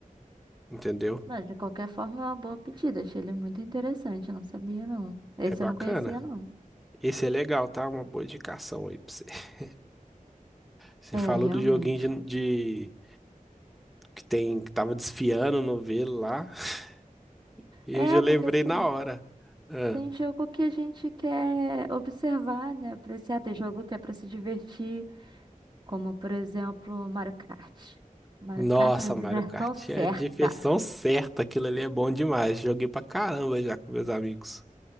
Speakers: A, in the centre; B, on the right.
A: entendeu?
B: Não, de qualquer forma é uma boa pedida. Achei ele muito interessante. Eu não sabia, não. Esse
A: É bacana.
B: eu não conhecia, não.
A: Esse é legal, tá? Uma boa indicação aí pra você. <laughs> Você
B: É,
A: falou
B: realmente.
A: do joguinho de, de- que tem que tava desfiando no novelo lá, <laughs> e
B: É,
A: eu já lembrei
B: porque assim,
A: na hora. Ah.
B: tem jogo que a gente quer observar, né? Apreciar. Tem jogo que é pra se divertir. Como, por exemplo, Mario Kart. Mario
A: Nossa,
B: Kart é a
A: Mario
B: diversão
A: Kart
B: certa.
A: é diversão certa. Aquilo ali é bom demais. Joguei pra caramba já com meus amigos.